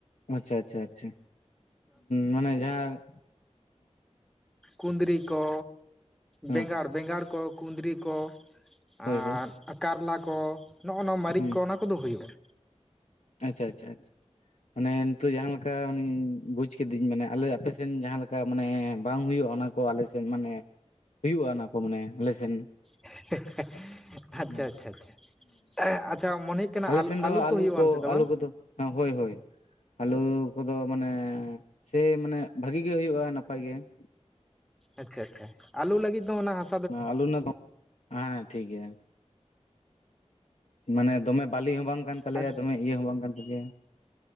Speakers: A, on the left; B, in the centre.
A: ᱟᱪᱪᱷᱟ ᱟᱪᱪᱷᱟ ᱟᱪᱪᱷᱟ ᱢᱟᱱᱮ ᱡᱟᱸᱦᱟ᱾
B: ᱠᱩᱫᱽᱨᱤ ᱠᱚ,
A: ᱦᱮᱸ
B: ᱵᱮᱸᱜᱟᱲ ᱵᱮᱸᱜᱟᱲ ᱠᱚ ᱠᱩᱸᱫᱽᱨᱤ ᱠᱚ
A: ᱦᱳᱭ
B: ᱟᱨ,
A: ᱦᱳᱭ
B: ᱠᱟᱨᱞᱟ ᱠᱚ ᱱᱚᱜᱼᱚ ᱱᱚᱣᱟ ᱢᱟᱹᱨᱤᱪ
A: ᱦᱩᱸ
B: ᱠᱚ ᱚᱱᱟ ᱠᱚᱫᱚ ᱦᱩᱭᱩᱜᱼᱟ ᱾
A: ᱟᱪᱪᱷᱟ ᱟᱪᱪᱷᱟ ᱟᱪᱷᱟ ᱾ ᱟᱱᱮ ᱱᱤᱛᱚᱜ ᱡᱟᱦᱟᱸ ᱞᱮᱠᱟ ᱟᱱᱮ ᱵᱩᱡᱽ ᱠᱤᱫᱤᱧ ᱢᱟᱱᱮ ᱟᱞᱮ ᱟᱯᱮᱥᱮᱱ ᱡᱟᱸᱦᱟ ᱞᱮᱠᱟ ᱢᱟᱱᱮ ᱵᱟᱝ ᱦᱩᱭᱩᱜᱼᱟ ᱚᱱᱟ, ᱠᱚ ᱟᱞᱮ ᱥᱮᱫ ᱢᱟᱱᱮ ᱦᱩᱭᱩᱜᱼᱟ ᱚᱱᱟ ᱠᱚ ᱢᱟᱱᱮ ᱟᱞᱮᱥᱮᱱ ᱾
B: <unintelligible>
A: ᱦᱚᱸ
B: ᱟᱪᱪᱷᱟ ᱟᱪᱪᱷᱟ ᱢᱚᱱᱮ ᱦᱩᱭᱩᱜ ᱠᱟᱱᱟ
A: ᱟᱞᱮ ᱥᱮᱱ ᱫᱚ ᱟᱹᱞᱩ
B: ᱦᱩᱭᱩᱜᱼᱟ
A: ᱠᱚ
B: ᱚᱱᱛᱮ ᱫᱚ
A: ᱟᱹᱞᱩ
B: ᱵᱟᱝ
A: ᱠᱚᱫᱚ‌᱾ ᱦᱮ ᱦᱳᱭ ᱦᱳᱭ ᱾ ᱟᱞᱩ ᱠᱚᱫᱚ ᱢᱟᱱᱮ ᱥᱮ ᱢᱟᱱᱮ ᱵᱷᱟᱜᱤ ᱜᱮ ᱦᱩᱭᱩᱜᱼᱟ ᱱᱟᱯᱟᱭ ᱜᱮ ᱾
B: ᱟᱪᱪᱷᱟ ᱟᱪᱪᱷᱟ ᱟᱞᱩ ᱞᱟᱹᱜᱤᱫ ᱫᱚ ᱚᱱᱟ ᱦᱟᱥ
A: ᱟᱞᱩ ᱨᱮᱱᱟᱜ ᱦᱮᱸ ᱴᱷᱤᱠ ᱜᱮᱭᱟ, ᱢᱟᱱᱮ ᱫᱚᱢᱮ ᱵᱟᱞᱤ ᱦᱚᱸ ᱵᱟᱝ ᱠᱟᱱ ᱛᱟᱞᱮᱭᱟ
B: ᱦᱮᱸ
A: ᱫᱚᱢᱮ ᱤᱭᱟᱹ ᱦᱚᱸ ᱵᱟᱝ ᱠᱟᱱ ᱛᱟᱞᱮᱭᱟ ᱾